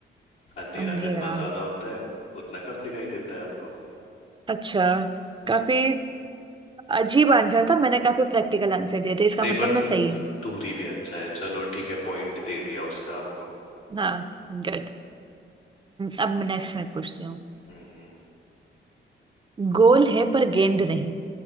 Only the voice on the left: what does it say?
अंधेरा
जितना ज्यादा होता है उतना कम दिखाई देता है आपको
हम्म,
नहीं
पर
द-
दूरी भी अच्छा है चलो ठीक है पॉइंट दे दिया उसका आपको
हम्म,